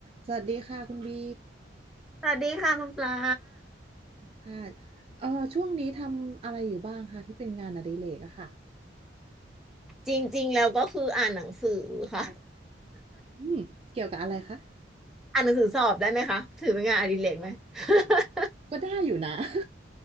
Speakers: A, on the right; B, in the centre.
A: สวัสดีค่ะคุณบี
B: สวัสดีค่ะคุณปลา
A: ค่ะเอ่อช่วงนี้ทำอะไรอยู่บ้างคะที่เป็นงานอดิเรกอะค่ะ
B: จริงๆแล้วก็คืออ่านหนังสือค่ะ
A: อืมเกี่ยวกับอะไรคะ
B: อ่านหนังสือสอบได้ไหมคะถือเป็นงานอดิเรกไหม <laughs>
A: ก็ได้อยู่นะ <laughs>